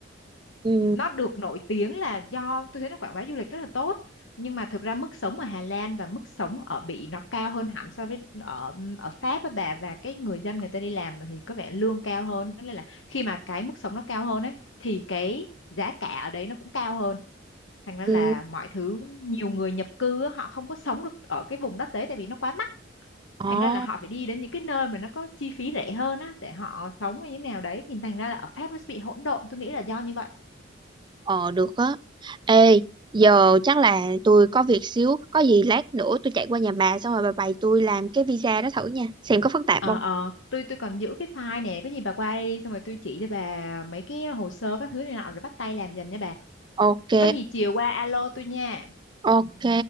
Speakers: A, on the right; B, on the left.
A: ừ
B: nó được nổi tiếng là do tôi thấy nó quảng bá du lịch rất là tốt nhưng mà thực ra mức sống ở Hà Lan và mức sống ở Bỉ nó cao hơn hẳn so với ở ở Pháp với bà và cái người dân người ta đi làm thì có vẻ lương cao hơn nên là khi mà cái mức sống nó cao hơn ấy thì cái giá cả ở đấy nó cũng cao hơn thành ra là
A: ừ
B: mọi thứ nhiều người nhập cư á, họ không có sống được ở cái vùng đất đấy tại vì nó quá mắc
A: ờ
B: thành ra là họ phải đi đến những cái nơi mà nó có chi phí rẻ hơn á để họ sống như thế nào đấy thì thành ra là ở Pháp nó sẽ bị hỗn độn tôi nghĩ là do như vậy
A: ờ được á ê giờ chắc là tôi có việc xíu có gì lát nữa tôi chạy qua nhà bà xong rồi bà bày tôi làm cái visa đó thử nha xem có phức tạp
B: ờ
A: không
B: ờ tôi tôi còn giữ cái file nè có gì bà qua đây đi xong rồi tôi chỉ cho bà mấy cái hồ sơ các thứ này nọ rồi bắt tay làm dần nha bà
A: ok
B: có gì chiều qua alo tôi nha
A: Ok,